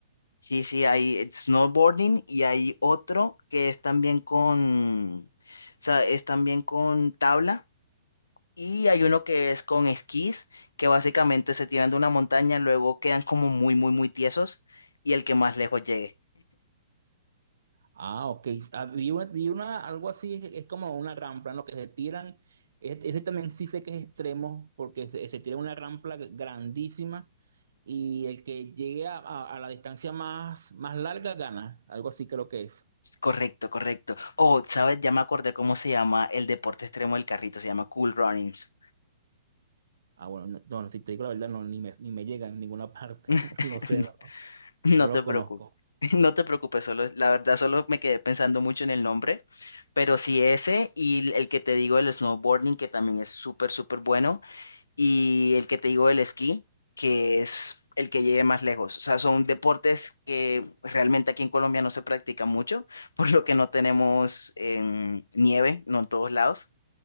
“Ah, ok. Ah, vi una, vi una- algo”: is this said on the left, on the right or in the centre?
Right